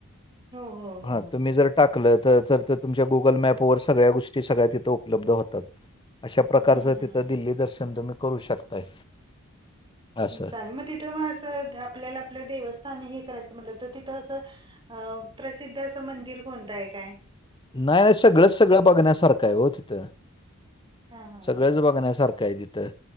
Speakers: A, on the right; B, on the left.
A: हो, हो,
B: हा
A: हो.
B: तुम्ही जर टाकलं तर तर तुमच्या गुगल मॅपवर सगळ्या गोष्टी सगळ्या ति थं उपलब्ध होतात अशा प्रकारचं
A: हं हं
B: तिथं दिल्ली दर्शन तुम्ही करू शकताय. असं.
A: चालेल मग तिथं म असं आपल्याला आपलं देवस्थान हे करायचं म्हटलं तर तिथं असं अ प्रसिद्ध असं मंदिर कोणत आहे काय?
B: नाही नाही सगळंच सगळं बघण्यासारखं आहे हो तिथं.
A: हां हां
B: सगळंच
A: हां हां.
B: बघण्यासारखं आहे तिथं